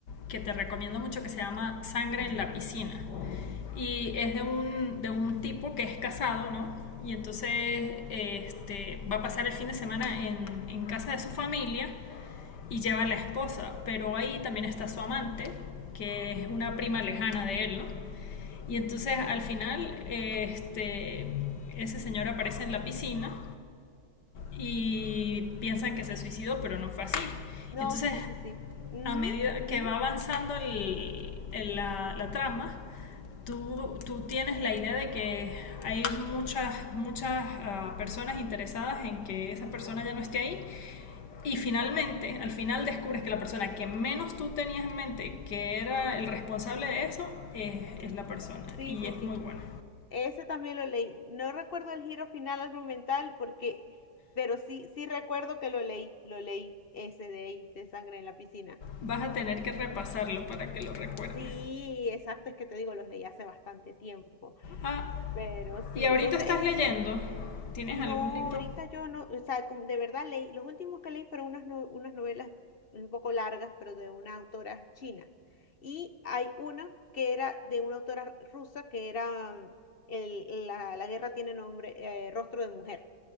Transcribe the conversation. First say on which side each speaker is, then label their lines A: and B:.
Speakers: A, on the left; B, on the left.
A: que te recomiendo mucho que se llama Sangre en la piscina? Y es de un, de un tipo que es casado, ¿no? Y entonces eh, este, va a pasar el fin de semana en, en casa de su familia y lleva a la esposa, pero ahí también está su amante, que es una prima lejana de él, ¿no? Y entonces
B: ujú.
A: al final este, ese señor aparece en la piscina y piensan que se suicidó, pero no fue así.
B: no,
A: Entonces,
B: sí, sí, sí. Ujú,
A: a medida
B: ujú.
A: que va avanzando el, el, la, la, trama, tú, tú, tienes la idea de que hay muchas, muchas uh, personas interesadas en que esa persona ya no esté ahí. Y finalmente, al final descubres que la persona que menos tú tenías en mente que era el responsable de eso, es, es la persona.
B: Sí,
A: Y
B: sí,
A: es
B: sí.
A: muy buena
B: Ese también lo leí. No recuerdo el giro final argumental porque, pero sí, sí recuerdo que lo leí, lo leí, ese de ahí, de sangre en la piscina.
A: Vas a tener que repasarlo para que lo recuerdes.
B: Sí, exacto, es que te digo, los leí hace bastante tiempo.
A: Ah,
B: Pero sí,
A: y ahorita
B: ese
A: estás
B: es.
A: leyendo. ¿Tienes
B: No,
A: algún libro?
B: ahorita yo no, o sea, como de verdad leí, los últimos que leí fueron unas, no- unas novelas un poco largas, pero de una autora china. Y hay una que era de una autora rusa, que era mm, el, la, la guerra tiene nombre, eh, Rostro de Mujer,